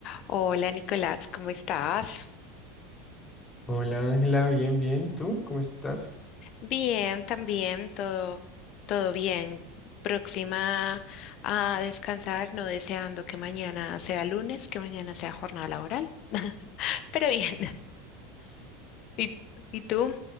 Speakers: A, on the left; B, on the left.
A: Hola Nicolás, ¿cómo estás?
B: Hola Ángela, bien, bien. ¿Tú cómo estás?
A: Bien, también, todo, todo bien. Próxima a descansar, no deseando que mañana sea lunes, que mañana sea jornada laboral, <laughs> pero bien. ¿Y, y tú?